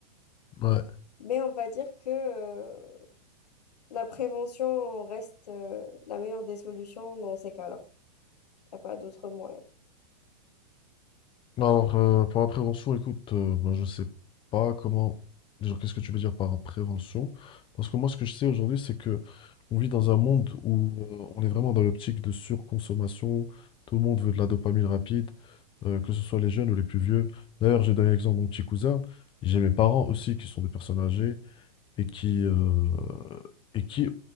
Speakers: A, on the left; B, on the left.
A: Ouais.
B: Mais on va dire que euh, la prévention reste euh, la meilleure des solutions dans ces cas-là. Il n'y a pas d'autre moyen.
A: Alors, euh, pour la prévention, écoute, euh, moi, je sais pas comment. Genre, qu'est-ce que tu veux dire par prévention? Parce que moi, ce que je sais aujourd'hui, c'est que on vit dans un monde où euh, on est vraiment dans l'optique de surconsommation. Tout le monde veut de la dopamine rapide, euh, que ce soit les jeunes ou les plus vieux. D'ailleurs, j'ai donné l'exemple de mon petit cousin. J'ai mes parents aussi qui sont des personnes âgées et qui, euh, et qui